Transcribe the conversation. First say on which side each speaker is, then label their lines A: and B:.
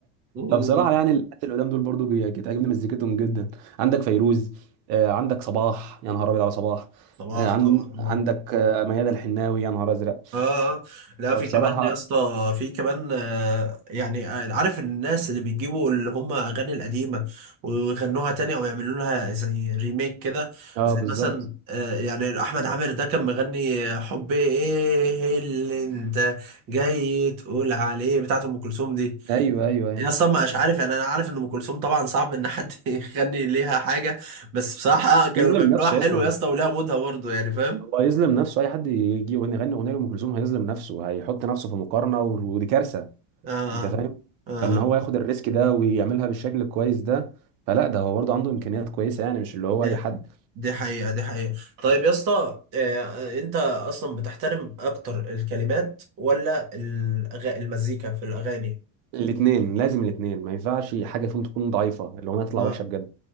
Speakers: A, on the right; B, on the right.
A: مم.
B: فبصراحه يعني الناس اللي قدام دول برضو بي- بتعجبني مزيكتهم جدا عندك فيروز آه، عندك صباح يا نهار ابيض على صباح
A: صباح
B: آه، عن...
A: طبعا اه
B: عندك آه، ميادة الحناوي يا نهار ازرق
A: اه آه. لا
B: بصراحه
A: في كمان يا اسطى في كمان آه يعني آه، عارف الناس اللي بيجيبوا اللي هم اغاني القديمه ويغنوها تاني او يعملوا لها زي ريميك كده
B: اه
A: زي
B: بالظبط
A: مثلا آه يعني احمد عامر ده كان مغني حب ايه اللي انت جاي تقول عليه بتاعت ام كلثوم دي
B: ايوه ايوه ايوه
A: يا اسطى مش عارف يعني انا عارف ان ام كلثوم طبعا صعب ان حد <laughs> يغني ليها حاجه بس بصراحه كانوا
B: يظلم
A: بيعملوها
B: نفسه
A: حلو
B: اصلا
A: يا اسطى وليها مودها برضه يعني فاهم
B: هو هيظلم نفسه اي حد يجي يغني يغني اغنيه لام كلثوم هيظلم نفسه هيحط نفسه في مقارنه و- ودي كارثه
A: اه اه
B: انت فاهم
A: آه.
B: فان هو ياخد الريسك ده ويعملها بالشكل الكويس ده فلا ده هو برضه عنده امكانيات كويسه يعني مش اللي هو
A: دي
B: اي حد
A: دي حقيقه دي حقيقه طيب يا اسطى آه، آه، انت اصلا بتحترم اكتر الكلمات ولا الأغا... المزيكا في الاغاني
B: الاثنين لازم الاثنين ما ينفعش حاجه فيهم تكون ضعيفه الاغنيه تطلع
A: اه
B: وحشه بجد